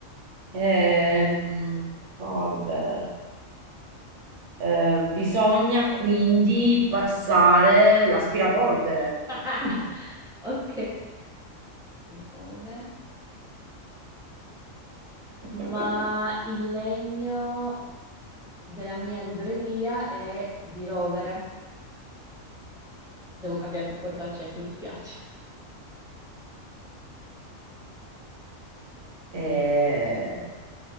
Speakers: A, on the right (about 65°); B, in the centre.
A: Ehm, polvere. Eh, bisogna quindi passare l'aspirapolvere.
B: <laughs>
A: Mm.
B: Ok. La polvere.
A: <laughs>
B: ma il legno della mia libreria è di rovere. Devo cambiare per forza l'accento, mi spiace.
A: Eh,